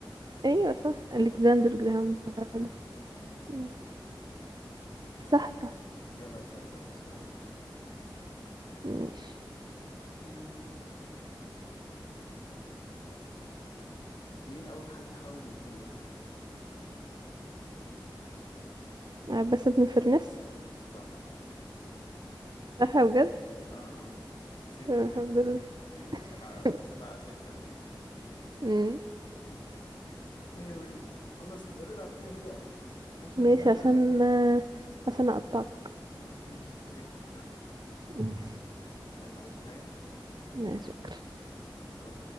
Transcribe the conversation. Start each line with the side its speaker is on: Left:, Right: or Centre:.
Right: ايوه صح الكسندر جراهام بيل
Left: ماشي يعني جراهام
Right: مم.
Left: بيل ماشي
Right: صح صح
Left: يلا أسألك آخر سؤال
Right: ماشي
Left: آه. مين أول حد حاول يطير
Right: عباس بن فرناس
Left: صح
Right: صح بجد
Left: مم. اه اه انت كسبتي
Right: طب الحمد
Left: كده
Right: لله
Left: دي سبعة
Right: <laughs>
Left: سبعة ستة باين
Right: مم.
Left: مم. مية مية خلاص نبقى نلعب تاني بقى عشان
Right: ماشي
Left: انا
Right: عشان آه، عشان اقطعك
Left: اه ماشي كده كده
Right: ماشي
Left: يلا عايزة حاجة
Right: لا شكرا
Left: باي.